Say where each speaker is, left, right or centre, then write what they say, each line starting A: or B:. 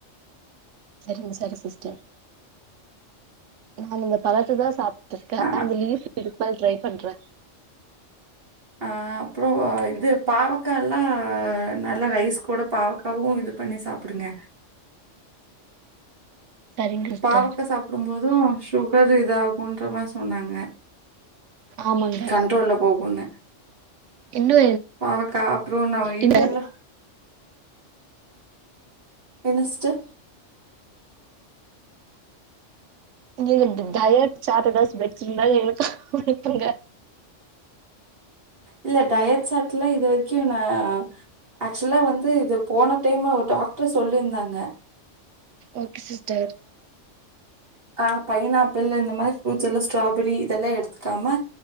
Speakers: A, on the right; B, on the right.
A: செரிங்க சரி சிஸ்டர் நான் இந்த பழத்ததா சாப்டுட்டு இருக்கே அனா
B: ஆ
A: அந்த லீஃப் திருப்பல் ட்ரை பண்றே
B: ஆ அப்புற இது பாவக்கா எல்லா நல்லா ரைஸ் கூட பாவக்காவு இது பண்ணி சாப்பிடுங்க
A: சரிங்க சிஸ்டர்
B: பாவக்கா சாப்பிடும்போது அது சுகர் இதாகும்ன்ற மார் சொன்னாங்க
A: ஆமாங்க
B: கண்ட்ரோல போகுன்னு
A: இன்னு
B: பாவக்கா அப்ரோ நம இது
A: இந்த
B: எல்லா என்ன ஸ்ட்டர்
A: லா இந்த டயட் சாட்டு எதாவது வெச்சிங்கிலா எனக்கு அனுப்புங்க
B: இல்ல டயட் சாட்ல இது வரைக்கு நா ஆக்சுவலா வந்து இது போன டைமு ஒரு டாக்டரு சொல்லியிருந்தாங்க
A: ஓகே சிஸ்டர்
B: ஆ பைனாப்பிள் இந்த மாரி ஃப்ரூட்ஸ் எல்லா ஸ்ட்ராபெரி இதெல்லா எடுத்துக்காம